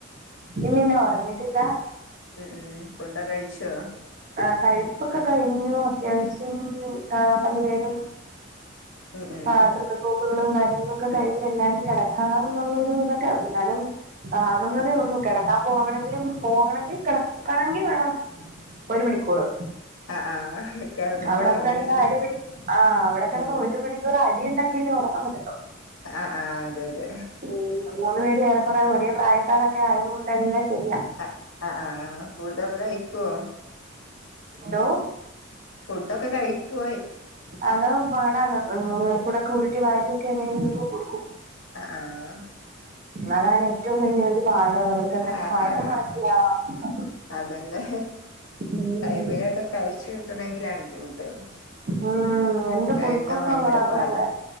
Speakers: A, on the right; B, on the left.
A: ഇല്ലല്ല ഒറങ്ങിട്ടില്ല
B: ഉം ഉം ഫുഡൊക്കെ കഴിച്ചോ
A: ആ കഴിപ്പൊക്കെ കഴിഞ്ഞു അത്യാവശ്യം ആ പല്ലു തേരും
B: ഉം ഉം
A: ബാത്റൂമിപോക്കുകളും കാര്യങ്ങളൊക്കെ കഴിഞ്ഞ് എല്ലാരും കെടക്കാംന്നുള്ളൊരു നും തൊക്കെ ന്നാലും ആവുന്നതേ
B: ഉം ഉം
A: ഒള്ളു, കെടക്കാൻ പോകണങ്കിലും പോകണെ ങ്ങി കെടക്കണെങ്കി വേണം ഒരു മണിക്കൂറ്
B: ആ ആ കെടന്നിട്ട്
A: അവിടെപ്
B: ഒറങ്ങണെങ്കി
A: കെടന്ന് അടിപിടി ആഹ് അവിടെ കെടന്ന്
B: ഉം
A: ഒഴുപണി ക്കൊരടി ഉണ്ടാക്കിയെങ്കിൽ ഉറങ്ങാൻ പറ്റത്തൊള്ളു
B: ആ ആഹ് അതെ അതെ
A: ഉം മൂന്ന്പേരും ഏറെകുറെ ഒരേ പ്രായക്കാരൊക്കെ ആയത് കൊണ്ടെല്ലാം ശരിയാ
B: ആ ആ ആഹ് ഫുഡൊക്കെ കഴിക്കോ
A: ന്തോ?
B: ഫുഡൊക്കെ കഴിക്ക്വയ്
A: അതോ പാടാണ്, മൂന്ന് പേർ കൂടെക്കെ ഉരുട്ടി വാരിയൊക്കെ എങ്ങനെങ്കിലൊക്കെ കൊടുക്കും
B: അ ആഹ്
A: വളാണേറ്റവും വലിയൊരു പാട്, അവർക്കെങ്ങനെ
B: ആ
A: വയറുനെറക്യാ
B: ആ
A: ന്നുള്ളത്
B: അതന്നെ,
A: ഉം.
B: ടൈമിലണ്ട് കയ്ച്ചു കിട്ടണങ്കിലാണ് ബുദ്ധിമുട്ട്
A: ഉം, എന്ത്
B: കഴിക്കാൻ
A: കൊടുക്കും എന്നുള്ളതാണ്
B: ഭയങ്കര പാടാ
A: നമ്മുടെ